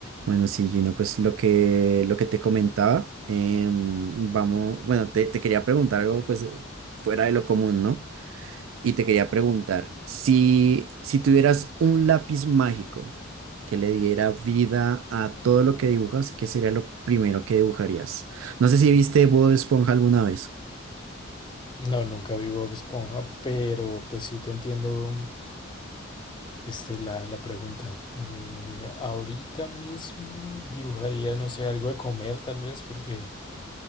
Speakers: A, on the right; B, on the left.
A: Bueno, sí, Gino, pues lo que, lo que te comentaba, em, vamos, bueno, te, te quería preguntar algo pues fuera de lo común, ¿no? Y te quería preguntar, si, si tuvieras un lápiz mágico que le diera vida a todo lo que dibujas, ¿qué sería lo primero que dibujarías? No sé si viste Bob Esponja alguna vez.
B: No, nunca vi Bob Esponja, pero pues sí te entiendo este, la, la pregunta. Y ahorita mismo dibujaría, no sé, algo de comer tal vez, porque